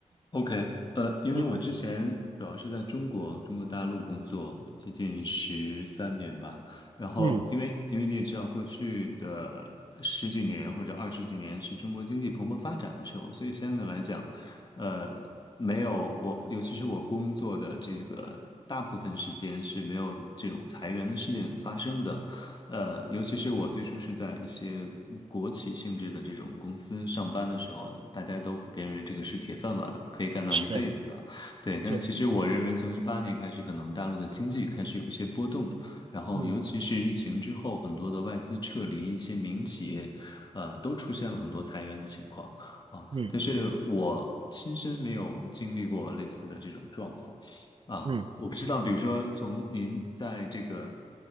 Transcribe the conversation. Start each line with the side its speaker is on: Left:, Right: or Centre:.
Left: OK，呃，因为我之前主要是在中国中国大陆工作，
Right: 嗯
Left: 接近十三年吧。然后，
Right: 嗯，
Left: 因为因为你也知道，过去的十几年或者二十几年是中国经济蓬勃发展的时候，所以相对来讲，呃，没有我，尤其是我工作的这个大部分时间是没有这种裁员的事件发生的。呃，尤其是我最初是在一些国企性质的这种公司上班的时候，大家都普遍认为这个是铁饭碗，可以干到一辈子的。
Right: 是
Left: 对，
Right: 是，
Left: 但是其实我认为，从一八年开始，可能大陆的经济开始有一些波动，然后尤其是疫情之后，
Right: 嗯
Left: 很多的外资撤离，一些民企业，呃，都出现了很多裁员的情况啊。
Right: 嗯
Left: 但是我亲身没有经历过类似的这种状况。啊，
Right: 嗯，
Left: 我不知道，比如说从您在这个